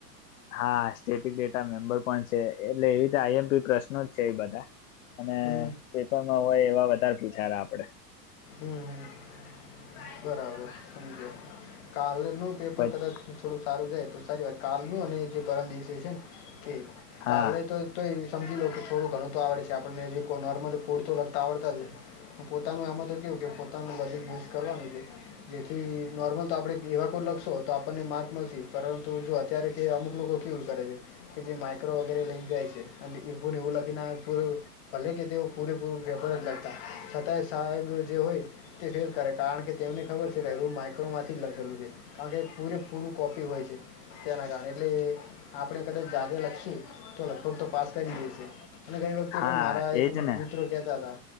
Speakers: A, on the left; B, on the left.
A: હા સ્ટેટિક ડેટા મેમ્બર પણ છે એટલે એવી ત આઈ એમ પી પ્રશ્નો જ છે એ બધા અને
B: હમ હમ
A: પેપરમાં હોય એવા વધારે પૂછા તા આપડે.
B: હું હું બરાબર સમજ્યાં કાલ નું પેપર
A: પછી
B: કદાચ થોડુંક સારું જાય તો સારી વાત કાલનું અને જે પરમ દિવસે છે ને એ
A: હા
B: કાલને તો તો એ સમજી લો કે થોડું ઘણું તો આવડે છે આપણને જે કો નોર્મલી કોડતો લકતા આવડતા જ હોય. પોતાનું આમાં તો કેવું કે પોતાનું લોજીક યુઝ કરવાનું છે. જેથી નોર્મલ તો આપડે એવા કોડ લખશો તો આપણને માર્ક મલશે પરંતુ જો અત્યારે કે અમુક લોકો કેવું કરે છે કે જે માઇક્રો વગેરે લઈને જાય છે અને એવુને એવું લખીને આવે પૂરું કે ભલે કે તેઓ પૂરેપૂરું પેપર જ લખતા હોય છતાંય સાયબ જે હોય. તે ફેલ કરે કારણ કે તેમની ખબર છે કાય રૂમ માઇક્રોમાંથી જ લખેલું છે કારણ કે પૂરેપૂરું કોપી હોય છે. તેના કારણે એટલે એ આપણેે કદાચ જાતે લખીએ તો લગભગ તો પાસ કરી દેશે. અને ગઈ વખતે
A: હા
B: પણ મારા એક
A: એજ ને
B: મિત્રો કેતા હતા